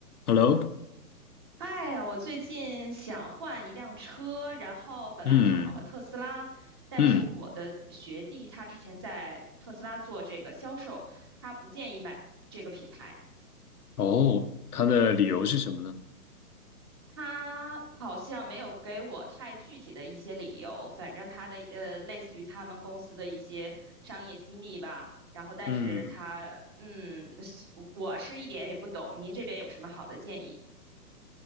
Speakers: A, on the left (about 65°); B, on the right (about 15°).
A: Hello，
B: 哎呀，我最近想换一辆车，然后本来看好了特斯拉，
A: 嗯
B: 但是我的学弟他之前在特斯拉做这个销售，
A: 嗯，
B: 他不建议买这个品牌，
A: 哦，它的理由是什么呢？
B: 他好像没有给我太具体的一些理由，反正他的呃类似于他们公司的一些商业机密吧，然后但是他嗯，
A: 嗯，
B: 是我是一点也不懂，您这边有什么好的建议